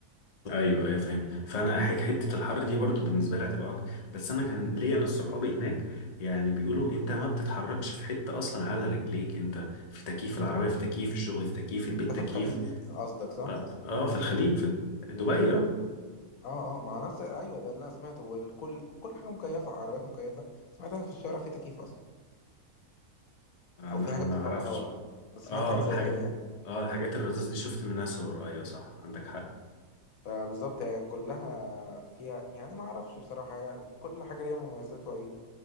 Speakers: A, on the left; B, on the left.
A: ايوه ايوه فاهم فانا حك- حته الحر دي برضو بالنسبه لي هتبقى اكتر بس انا كان ليا ناس صحابي هناك يعني بيقولوا انت ما بتتحركش في حته اصلا على رجليك انت في تكييف العربيه في تكييف الشغل في تكييف البيت
B: أنت في
A: تكييف
B: الخليج قصدك صح؟
A: اه, آه في الخليج في دبي اه
B: اه اه ما هو نفس أيوه ده اللي أنا سمعته والكل كل حاجة مكيفة عربيات مكيفة سمعت أنا في الشارع في تكييف أصلا
A: آه،
B: أو
A: ما
B: في حاجات
A: ما
B: بتطلع
A: اعرفش
B: هواء بس سمعت
A: اه
B: حاجة زي
A: الحاجه
B: كده يعني
A: اه الحاجات الرذاذ دي شفت منها صور ايوه صح عندك حق
B: فبالظبط هي كلها فيها يعني ما أعرفش بصراحة هي كل حاجة ليها مميزات وعيوب